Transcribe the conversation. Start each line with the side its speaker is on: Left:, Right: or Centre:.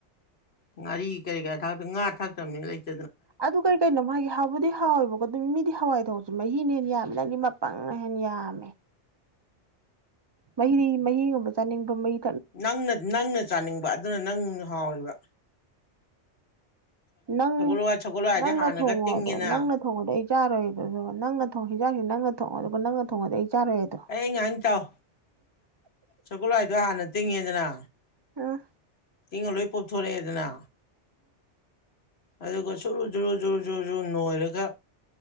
Left: ꯉꯥꯔꯤ ꯀꯔꯤ ꯀꯥ ꯊꯥꯛꯇ ꯉꯥ ꯊꯥꯛꯇꯕꯅꯤ ꯂꯩꯇ
Right: ꯑꯗꯨ ꯀꯔꯤ ꯀꯔꯤꯅꯣ ꯃꯥꯒꯤ ꯍꯥꯎꯕꯨꯗꯤ ꯍꯥꯎꯋꯦꯕꯀꯣ ꯑꯗꯨ ꯃꯤꯗꯤ ꯍꯋꯥꯏ ꯊꯔꯁꯤ ꯃꯍꯤꯅ ꯍꯦ ꯌꯥꯝꯕ ꯅꯪꯅꯤ ꯃꯄꯪꯅ ꯍꯦ ꯌꯥꯝꯃꯦ ꯃꯩꯗꯤ ꯃꯍꯤꯒꯨꯝꯕ ꯆꯥꯅꯤꯡꯕ ꯃꯩ
Left: ꯅꯪꯅ ꯅꯪꯅ ꯆꯥꯅꯤꯡꯕ ꯑꯗꯨꯅ ꯅꯪ ꯍꯥꯎꯕ
Right: ꯅꯪ
Left: ꯍꯋꯥꯏ ꯁꯒꯣꯜ ꯍꯋꯥꯏꯁꯦ
Right: ꯅꯪꯅ
Left: ꯍꯥꯟꯅꯒ
Right: ꯊꯣꯡꯉꯣꯗꯣ
Left: ꯇꯤꯡꯉꯤꯅ
Right: ꯅꯪꯅ ꯊꯣꯡꯉꯗꯣ ꯑꯩ ꯆꯥꯔꯣꯏꯗꯣ ꯑꯗꯨꯒ ꯅꯪꯅꯣꯡ ꯍꯤꯟꯖꯥꯛꯁꯤꯦ ꯅꯪꯅ ꯊꯣꯡꯉꯒ ꯑꯗꯨꯒ ꯅꯪꯅ ꯊꯣꯡꯉꯗ ꯑꯩ ꯆꯥꯔꯣꯏ ꯑꯗꯣ
Left: ꯑꯩ ꯍꯪ ꯆꯎ ꯁꯒꯂꯣ ꯍꯥꯏ ꯑꯗꯨ ꯍꯥꯟꯅ ꯇꯤꯡꯉꯦꯗꯅ
Right: ꯑ
Left: ꯏꯪꯉ ꯂꯣꯏ ꯄꯣꯛꯞꯊꯣꯔꯛꯑꯦꯗꯅ ꯑꯗꯨꯒ ꯁꯨꯔꯨ ꯖꯨꯔꯨ ꯖꯨ ꯖꯨꯔ ꯖꯨ ꯅꯣꯏꯔꯒ